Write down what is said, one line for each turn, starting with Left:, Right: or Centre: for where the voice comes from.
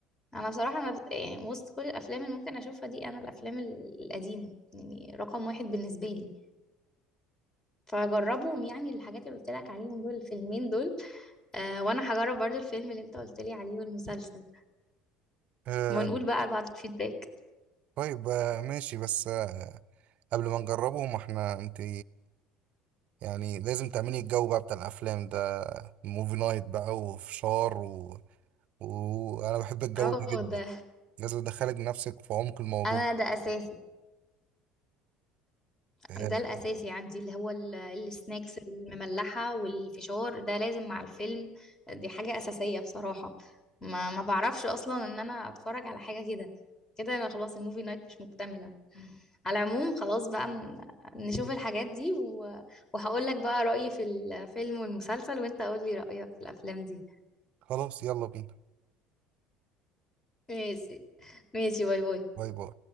Left: أنا بصراحة أنا بس- يعني وسط كل الأفلام اللي ممكن أشوفها دي أنا الأفلام ال- القديمة يعني رقم واحد بالنسبة لي فجربهم يعني الحاجات اللي قلت لك عليهم دول الفيلمين دول آه وأنا هجرب برضو الفيلم اللي أنت قلت لي عليه والمسلسل
Right: آه
Left: ونقول بقى لبعض الفيدباك
Right: طيب آه ماشي بس آه قبل ما نجربه ما احنا انت يعني لازم تعملي الجو بقى بتاع الافلام ده موفي نايت بقى وفشار و... وانا بحب الجو
Left: اه
Right: ده جدا
Left: ده
Right: لازم ادخلك نفسك في عمق الموضوع
Left: أنا ده أساسي
Right: آه
Left: ده الأساسي عندي اللي هو ال- السناكس المملحة والفشار ده لازم مع الفيلم دي حاجة أساسية بصراحة ما ما بعرفش أصلا إن أنا أتفرج على حاجة كده كده أنا خلاص الموفي نايت مش مكتملة على العموم خلاص بقى ن- نشوف الحاجات دي و... وهقول لك بقى رأيي في الفيلم والمسلسل وأنت قول لي رأيك في الأفلام دي
Right: خلاص يلا بينا
Left: ماشي ماشي باي باي
Right: باي باي